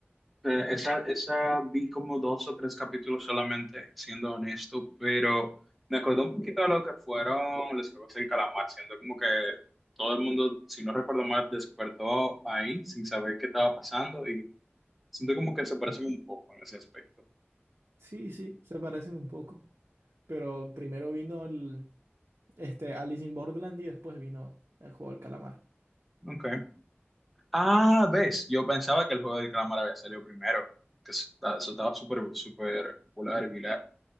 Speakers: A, in the centre; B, on the right.
A: Eh, esa, esa vi como dos o tres capítulos solamente, siendo honesto, pero me acordó un poquito de lo que fueron los Juegos del Calamar, siendo como que todo el mundo, si no recuerdo mal, despertó ahí sin saber qué estaba pasando y siento como que se parecen un poco en ese aspecto.
B: Sí, sí. Se parecen un poco, pero primero vino el, este, Alice in Borderland y después vino el juego del calamar.
A: Okay. Ah, ves, yo pensaba que el Juego del Calamar había salido primero, que eso, está- eso estaba súper, súper popular y viral.